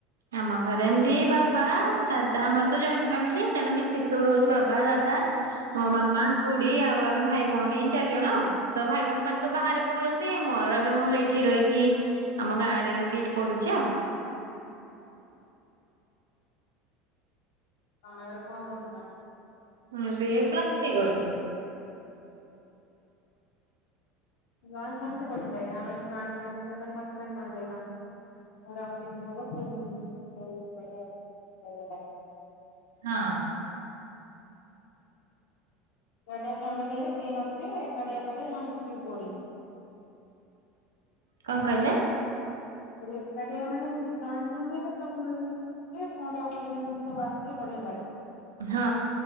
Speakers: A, on the right; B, on the left.
A: ଆମ ଘରେ ଏମତି ବାବା ଦାଦା ଆମର ତ ଜଏଣ୍ଟ ଫ୍ୟାମିଲି ତେଣୁ ମିଶ୍ ଶିକି ସବୁ ରହୁଛୁ ବାବା ଦାଦା ହଁ ମାମା ଖୁଡି ଆଉ ଆମେ ଭାଇ ଭ ଭାଇ ଭଉଣୀ ଚାରି ଜଣ ଆଉ ତ ଭାଇ ଭଉଣୀ ସେମାନେ ସବୁ ବାହାରେ ପଡୁଛନ୍ତି ମୋର ଏବେ ମୁଁ ଏଇଠି ରହିକି ଆମ ଗାଁରେ ରହିକି ଏଇଠି ପଢୁଛି ଆଉ।
B: ତମେ ଏଵେ କଣ ପଢୁଛ
A: ଏବେ ପ୍ଲସଥ୍ରୀ କରୁଛି।
B: ଗାଁରେ ବଢିଆ ଲାଗେ ଆମର ବଢିଆ ଲାଗେ ଗୋଟେ ଅକେଜନ ହବ ସଵୁ ମିଳିମିଶିକି ସଵୁ ଵଢିଆ
A: ହଁ।
B: ସେଟା ଫ୍ୟାମିଲ ହେଲେ କେହିନଥିଵେଏକାଟିଆ ଏକାଟିଆ ଵୋରିଂଗ୍
A: କଣ କହିଲେ
B: ମୁ କହିଲି ଏକାଟିଆ ମାନେ ଜଏଣ୍ଟ ଫମିଲିରେ ସବୁ ମିଳିମଶି ଥିଵେ କଣ ଗୋଟେ ଅକେଜନ ହେଲେ ସବୁ ଆସିଵେ ବଢିଆ ଲାଗେ
A: ହଁ